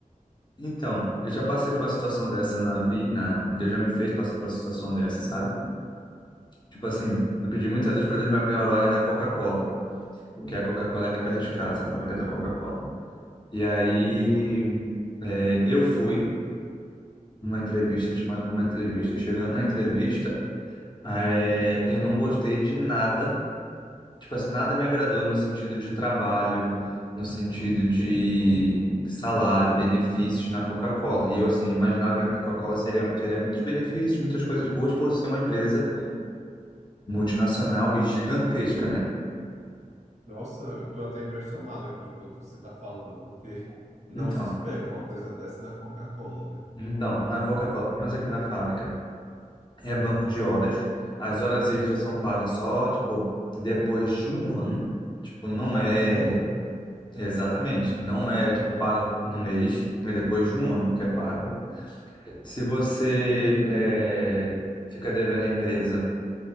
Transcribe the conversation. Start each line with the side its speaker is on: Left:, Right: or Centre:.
Left: Então, eu já passei por uma situação dessa na vida. Na... Deus já me fez passar por uma situação dessa, sabe? Tipo assim, eu pedi muito a Deus para Deus me abrir uma vaga na Coca-Cola. que é a Coca-Cola aqui perto de casa, a fábrica da Coca-Cola. E aí
Right: sim.
Left: é, eu fui numa entrevista, fui chamado para uma entrevista. Chegando na entrevista, é, eu não gostei de nada, tipo assim, nada me agradou no sentido de trabalho, no sentido de salário, benefícios na Coca-Cola. E eu assim imaginava que a Coca-Cola seria, teria muitos benefícios, muitas coisas boas por ser uma empresa multinacional e gigantesca, né?
Right: Nossa, eu tô até impressionado aqui enquanto você tá falando, porque não
Left: Então,
Right: se espera uma coisa dessa da Coca-Cola, né?
Left: então, na Coca-Cola, pelo menos aqui na fábrica. É banco de horas. As horas extras são pagas só, tipo, depois de um ano. Tipo, não é
Right: Não.
Left: exatamente, não é tipo paga no mês, é depois de um ano que é pago. Se você é, fica devendo à empresa